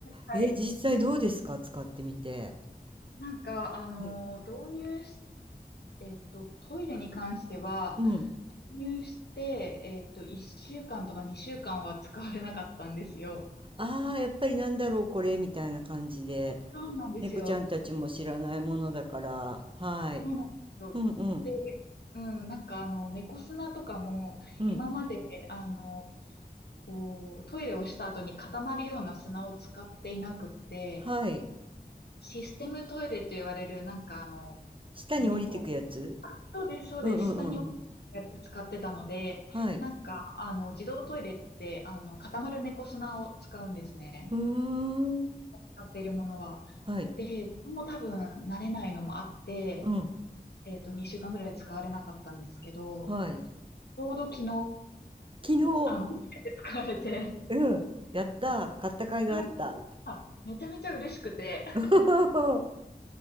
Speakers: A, on the left (about 90°); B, on the right (about 30°).
A: はい。
B: え、実際どうですか使ってみて。
A: なんか、あの、
B: うん。
A: 導入しえっと、トイレに関しては、
B: うん。
A: 購入して、えっと、1週間とか2週間は使われなかったんですよ。
B: ああ、やっぱりなんだろう、これ、みたいな感じで。
A: そうなんですよ。
B: 猫ちゃんたちも知らないものだから、はい。
A: そうなんですよ。
B: うんうん、
A: で、うん、なんかあの、猫砂とかも、
B: うん。
A: 今まで、あの、こう、トイレをした後に固まるような砂を使っていなくって、
B: はい。
A: システムトイレと言われる、なんかあの、
B: 下に降りてくやつ
A: 猫、そうです、そうです。
B: うんうんうんうん。
A: 下にやつ使ってたので、
B: はい。
A: なんか、あの、自動トイレって、あの、固まる猫砂を使うんですね。
B: うーん。
A: 使っているものは。
B: はい。
A: で、これも多分慣れないのもあって、
B: うん。
A: えっと、2週間ぐらい使われなかったんですけど、
B: はい。
A: ちょうど昨日、
B: 昨日、
A: あの、初めて使われて、
B: うん。やった。買った甲斐があった。
A: はいあめちゃめちゃ嬉しくて、
B: <laughs>